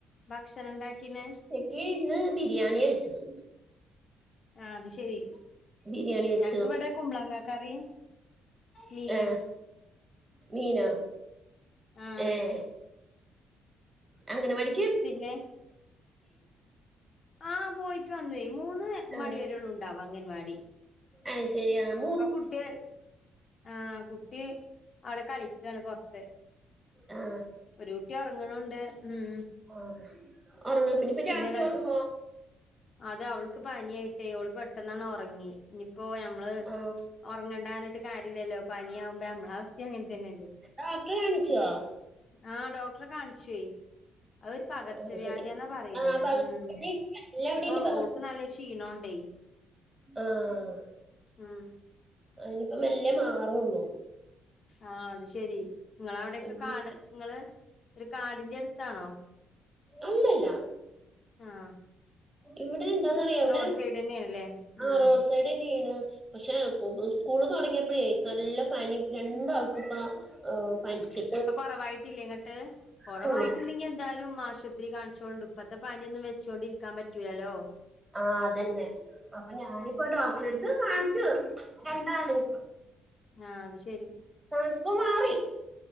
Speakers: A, on the left; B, on the right.
A: ഭക്ഷണം ഇണ്ടാക്കിന്
B: ഉച്ചക്ക് ഇന്ന് ബിരിയാണിയാ വെച്ചത്
A: ആഹ് അത് ശരി
B: ബിരിയാണി വെച്ചു
A: ഞങ്ങക്ക് ഇബടെ കുമ്പളങ്ങ കറീം മീനും
B: ആ മീനോ
A: ആഹ്
B: ഏഹ് അംഗനവാടി
A: പിന്നെ ആഹ് പോയിട്ട് വന്നൂയ് മൂന്ന്
B: ആ
A: മണി വരെള്ളൂ ണ്ടാവാ അംഗൻവാടി
B: അയ് ശരി ആഹ്
A: പ്പൊ കുട്ടി ആഹ് കുട്ടി അവ്ടെ കളിക്കാണ് പൊറത്ത്
B: ആ
A: ഒരു കുട്ടി ഒറങ്ങണുണ്ട് ഉം
B: ആ ഉറങ്ങും ഇപ്പൊ
A: പിന്നെ
B: രാത്രി
A: വേ
B: ഉറങ്ങുവോ
A: അത് അവൾക്ക് പനി ആയിട്ട് ഓള് പെട്ടന്നങ്ങ് ഒറങ്ങി ഇനിപ്പോ ഞമ്മള്
B: ആ
A: ഒറങ്ങണ്ടാറഞ്ഞിട്ട് കാര്യല്ലല്ലോ പനി ആവുമ്പോ ഞങ്ങളവസ്ഥിം അങ്ങന് തന്നെല്ലേ
B: ഡോക്ടറെ കാണിച്ചോ
A: ആഹ് ഡോക്ടറെ കാണിച്ചുയ് അഹ് രു പകർച്ചവ്യാധിന്നാ
B: അത് ശരി
A: പറയണത്
B: ആ പകർച്ചവ്യാധി
A: ഉം
B: എല്ലാം അവിടെണ്ട്
A: ഇപ്പൊ ഓൾക്ക് നല്ല ക്ഷീണോണ്ടേയ്
B: ആഹ്
A: ഉം
B: അയിനിപ്പോ മെല്ലേ മാറുള്ളൂ
A: ആ അത് ശരി ഇങ്ങള അവിടെക്കെ
B: ഉം.
A: കാട് ഇങ്ങള് ഒരു കാടിന്റെ എടുത്താണോ
B: അല്ലല്ല
A: ആഹ്
B: ഇവിടെ എന്താന്നറിയോ ഇവിടെ
A: റോഡ് സൈഡ് തന്നെയാണല്ലേ
B: ആഹ്
A: ഉം
B: റോഡ് സെയ്ഡ സൈഡന്ന്യാണ് പക്ഷെ സ്കൂള് തുടങ്ങിപ്പോഴേ നല്ല പനി രണ്ടാൾക്കുപ്പ ആഹ് പന്ച്ച്
A: ഇപ്പ കൊറവായിട്ടില്ലേന്നിട്ട് കൊറവായിട്ടില്ലെങ്കി
B: ട്ടുള്ളൂ
A: എന്തായാലും മാശ- ശത്രീ കാണിച്ചോണ്ടു ഇപ്പത്തെ പനി ഒന്നും വെച്ചോണ്ടിരിക്കാൻ പറ്റൂലല്ലോ
B: ആഹ് അതന്നെ. അപ്പൊ ഞാനിപ്പോ ഡോക്ടറെ എടുത്ത് കാണിച്ചു, രണ്ടാളിം.
A: ആഹ അത് ശെരി.
B: കാണിച്ചപ്പോൾ മാറി.